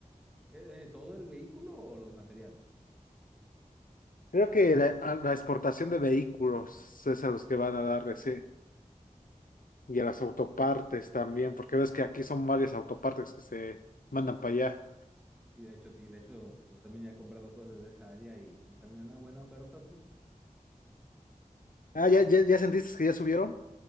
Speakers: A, in the centre; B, on the left.
A: eh, eh, ¿todo el vehículo o los materiales?
B: Creo que la, a la exportación de vehículos es a los que van a dar, eh, sí. Y a las autopartes también, porque ves que aquí son varias autopartes que se mandan para allá.
A: Y de hecho, sí, de hecho, yo también ya he comprado cosas de esa área y si salen en una buena oferta, tú.
B: Ah, ¿ya, ya, ya sentiste que ya subieron?